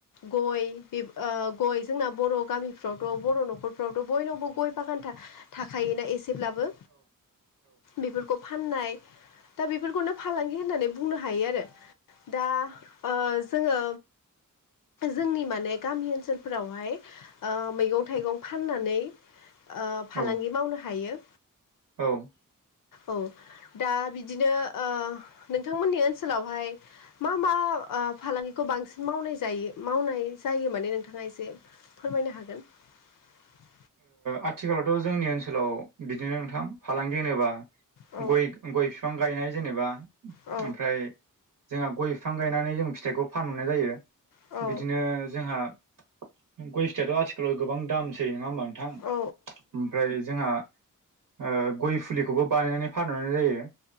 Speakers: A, on the left (about 75°); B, on the right (about 80°).
A: गय बे ओ गय जोंना बर' गामिफ्रावथ' बर' न'खरफ्रावथ' बयनावबो गय बागान था-थाखायोना एसे ब्लाबो बेफोरखौ फाननाय दा बेफोरखौनो फालांगि होन्नानै बुंनो हायो आरो दा ओ जोङो जोंनि माने गामि ओनसोलफोरावहाय ओ मैगं थाइगं फाननानै ओ फालांगि
B: औ
A: मावनो हायो।
B: औ।
A: औ दा बिदिनो ओ नोंथांमोननि ओनसोलावहाय मा मा ओ फालांगि खौ बांसिन मावनाय जायो मावनाय जायो माने नोंथाङा एसे फोरमायनो हागोन? <inaudible>
B: आथिखालावथ' जोंनि ओनसोलाव बिदिनो नोंथां फालांगि होनोबा
A: औ
B: गय-गय बिफां गायनाय जेनेबा
A: औ
B: ओमफ्राय जोंहा गय बिफां गायनानै जों फिथाइखौ फानहरनाय जायो
A: औ
B: बिदिनो जोंहा गय फिथायाथ' आथिखालाव गोबां दामसै नङा होमबा?
A: औ
B: ओमफ्राय जोंहा ओ गय फुलिखौबो बानायनानै फानहनाय जायो